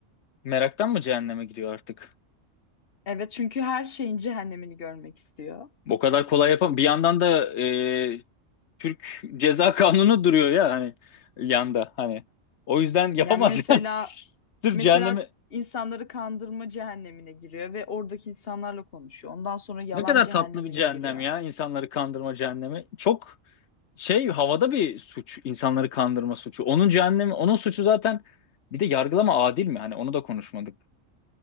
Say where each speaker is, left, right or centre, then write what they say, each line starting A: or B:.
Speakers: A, on the left; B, on the left.
A: Meraktan mı cehenneme giriyor artık?
B: Evet çünkü her şeyin cehennemini görmek istiyor.
A: O kadar kolay yapam. Bir yandan da e, Türk Ceza <laughs> Kanunu duruyor ya hani yanda hani. O yüzden yapamaz
B: Yani mesela
A: <laughs> yani. Sırf
B: mesela
A: cehennemi
B: insanları kandırma cehennemine giriyor ve oradaki insanlarla konuşuyor. Ondan sonra yalan
A: ne kadar
B: cehennemine
A: tatlı bir cehennem
B: giriyor.
A: ya insanları kandırma cehennemi. Çok şey havada bir suç insanları kandırma suçu. Onun cehennemi onun suçu zaten bir de yargılama adil mi? Hani onu da konuşmadık.